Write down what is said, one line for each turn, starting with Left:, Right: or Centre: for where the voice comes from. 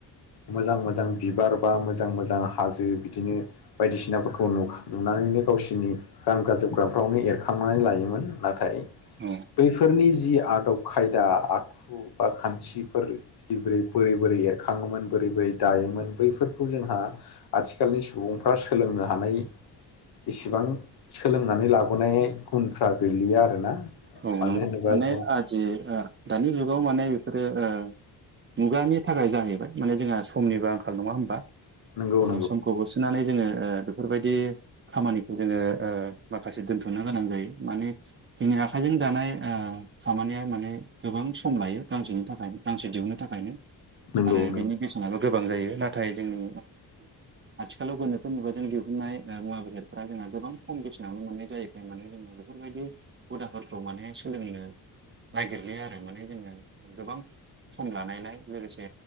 Left: मोजां मोजां बिबार बा मोजां मोजां हाजो बिदिनो बायदिसिनाफोरखौ नुनानैनो गावसिोरनि गानग्रा जोमग्राफ्रावनो एरखांनानै लायोमोन नाथाय
Right: औ
Left: बैफोरनि जि आदब खायदा आखु बा खान्थिफोर जि बोरै बोरै बोरै एरखाङोमोन बोरै बोरै दायोमोन बैफोरखौ जोंहा आथिखालनि सुबुंफ्रा सोलोंनो हानाय इसेबां सोलोंनानै लाबोनाय गुनफ्रा गैलिया आरोना।
Right: औ
Left: मानो
Right: नंगौ
Left: होनोबा
Right: माने
Left: जों
Right: आजि ओ दानि जुगाव माने बेफोरो ओ मुगानि थाखाय जाहैबाय माने जोंहा समनिबो आंखाल नङा होमबा
Left: नंगौ
Right: अ
Left: नंगौ
Right: समखौबो सुनानै जोङो ओ बेफोरबायदि खामानिखौ जोङो ओ माखासे दोनथ'नो गोनां जायो मानेनि आखाइजों दानाय ओ खामानिया माने गोबां सम लायो गांसेनि थाखायनो गांसे दिहुननो थाखायनो
Left: नंगौ
Right: आरो बिनि बेसेनाबो गोबां जायो नाथाय ओ जोंनि आथिखालाव गोनोथो मुुबाजों दिहुननाय मुवा बेसादफोरा जोंहा गोबां खम बेसेनावनो मोननाय जायैखाय माने जों बेफोरबायदि हुदाफोरखौ माने सोलोंनो नागिरलयो आरो माने जोङो गोबां सम लानायलाय लोगोसे